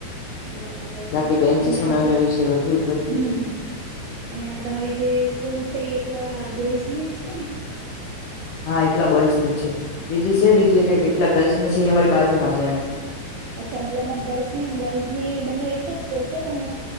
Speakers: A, on the right; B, on the left.
A: બરાબર છે,
B: બાકી બેન્ચીસો
A: અને આજે
B: નવી નવી છે બધું જ બધું
A: હમ્મ, હમ્મ. અને આ તમારી જે સ્કૂલ છે, એ એકલા બોઈઝની જ છે ને.
B: હા, એકલા બોઈઝની જ છે, ત્રીજી છે, બીજી
A: મતલબ
B: એક એકલા ગર્લ્સની છે, એ અમારી બાજુમાં છે એમ.
A: અચ્છા, મતલબમાં ગર્લ્સની બોઈઝની બંને એક જ સ્કૂલ છે, પણ